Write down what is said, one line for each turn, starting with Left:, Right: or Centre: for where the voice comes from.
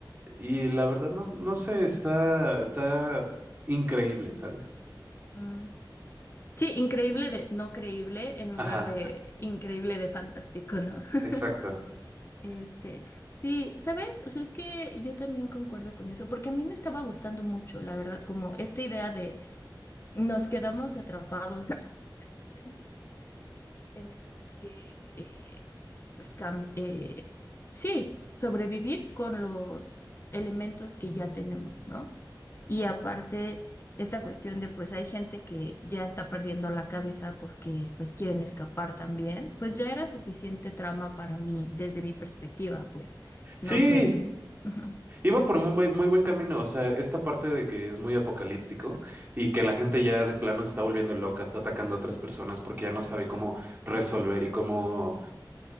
Right: Y la verdad no, no sé, está, está increíble, ¿sabes?
Left: Mm. Sí, increíble de no creíble en lugar
Right: Ajá.
Left: de increíble de fantástico, ¿no? <laughs>
Right: Exacto.
Left: Este, sí, ¿sabes? O sea, es que yo también concuerdo con eso, porque a mí me estaba gustando mucho, la verdad, como esta idea de nos quedamos atrapados. en un lugar en donde tenemos que, eh, pues, cam- eh, sí, sobrevivir con los elementos que ya tenemos, ¿no? Y aparte, esta cuestión de, pues, hay gente que ya está perdiendo la cabeza porque, pues, quieren escapar también, pues ya era suficiente trama para mí, desde mi perspectiva, pues,
Right: Sí,
Left: no sé. <laughs>
Right: iba por un muy, buen muy buen camino. O sea, esta parte de que es muy apocalíptico y que la gente ya de plano se está volviendo loca, está atacando a otras personas porque ya no sabe cómo resolver y cómo